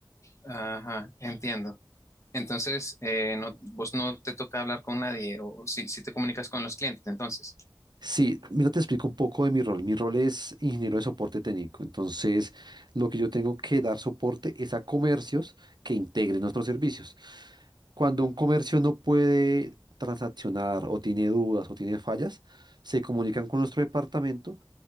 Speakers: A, on the left (about 35°); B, on the right (about 60°).
A: ajá, entiendo. Entonces, eh, no, vos no te toca hablar con nadie o si, si te comunicas con los clientes, entonces.
B: Sí, mira, te explico un poco de mi rol. Mi rol es ingeniero de soporte técnico. Entonces, lo que yo tengo que dar soporte es a comercios que integren nuestros servicios. Cuando un comercio no puede transaccionar o tiene dudas o tiene fallas, se comunican con nuestro departamento,